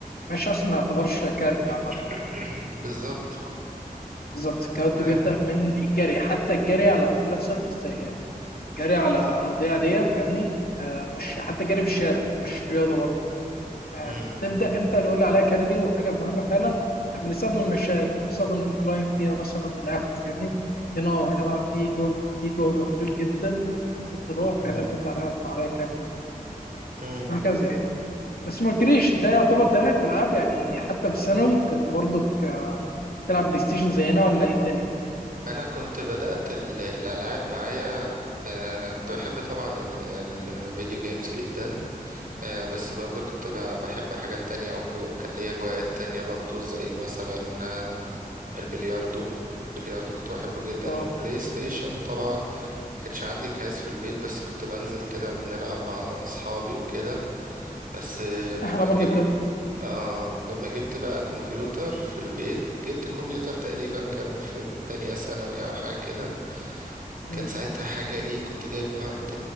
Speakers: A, on the left (about 85°); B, on the right (about 70°).
A: المشي أصلا ما يعتبرش كارديو عامة
B: <coughs> بالظبط
A: بالظبط الكارديو
B: آه.
A: بيبدأ من الجري حتى الجري على فلات سيرفيس زي جري على ارضيه عاديه فاهمني آه مش حتى جري في الشارع مش رياضه برضه آه
B: مم.
A: بتبدا امتى نقول عليها كارديو وحاجه مهمه فعلا آه، بنستخدم المشاية بنستخدم الانكلاين فيها مثلا لاخره فاهمني هنا اه هنا بقى في جهد في جهد مبذول جدا في الطلوع
B: مم.
A: فهنا بنبدا عليها عليها كارديو
B: مم.
A: وهكذا يعني بس ما قلتليش ده يعتبر تاريخك في الالعاب يعني حتى في الثانوي كنت برضك تلعب بلاي ستيشن زينا ولا ايه الدنيا؟
B: انا كنت بدأت ال- الالعاب معايا آه كنت بحب طبعا ال- الفيديو جيمز جدا آه بس برضو كنت ب- بحب حاجات تانية او ك- كان ليا هوايات تانية برضو زي مثلا آه البلياردو البلياردو كنت بحبه جدا
A: اه
B: والبلاي ستيشن طبعا ما كانش عندي جهاز في البيت بس كنت بنزل كده بنلعب مع اصحابي وكده بس آه، لما
A: احنا برضو
B: جبت
A: كده
B: آه لما جبت بقى كمبيوتر في البيت جبت كمبيوتر تقريبا كان في تانية ثانوي او حاجة كده
A: مم.
B: كان ساعتها حاجة ايه كنت جايب هارد